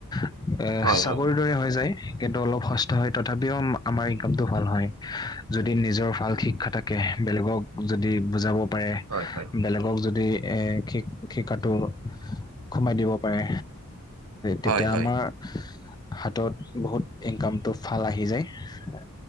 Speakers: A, on the left; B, on the right.
A: আ
B: হয়,
A: চাকৰিৰ
B: হয়, হয়,
A: দৰে হৈ যায়। কিন্তু অলপ সস্তা হয়। তথাপিও আম আমাৰ টো ভাল হয়। যদি নিজৰ ভাল শিক্ষা থাকে। বেলেগক যদি বুজাব পাৰে,
B: হয়, হয়।
A: বেলেগক যদি শিক শিক্ষাটো সোমাই দিব পাৰে। তেতিয়া
B: হয়
A: আমাৰ
B: হয়
A: হাতত বহুত ইনকামটো ভাল আহি যায়।